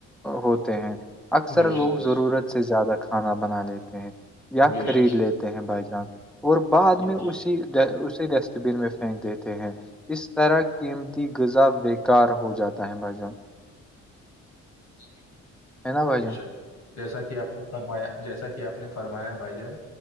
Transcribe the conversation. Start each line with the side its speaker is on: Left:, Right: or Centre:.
Centre: ہوتے ہیں اکثر
Left: بے شک
Centre: لوگ
Left: بے
Centre: ضرورت
Left: شک
Centre: سے زیادہ کھانا بنا لیتے ہیں یا
Left: بے
Centre: خرید
Left: شک
Centre: لیتے ہیں بائی چانس اور بعد
Left: بالکل
Centre: میں اسی اسی ڈسٹ بین میں پھینک دیتے ہیں <unintelligible> اس طرح قیمتی غذا بیکار ہو جاتا ہے بھائی جان
Left: <inaudible>
Centre: ہے نا بھائی
Left: بے
Centre: جان
Left: شک جیسا کہ آپ نے فرمایا جیسا کہ آپ نے فرمایا بھائی جان